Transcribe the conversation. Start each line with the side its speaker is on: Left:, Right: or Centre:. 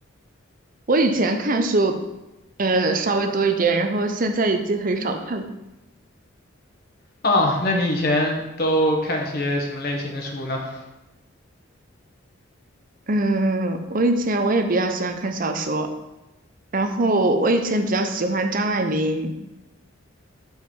Right: 我以前看书，呃，稍微多一点，然后现在已经很少看了。
Left: 啊，那你以前都看些什么类型的书呢？
Right: 嗯，我以前我也比较喜欢看小说。然后我以前比较喜欢张爱玲，